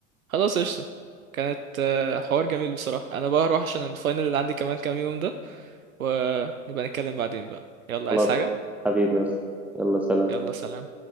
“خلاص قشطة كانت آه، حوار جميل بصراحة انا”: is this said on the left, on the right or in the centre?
Right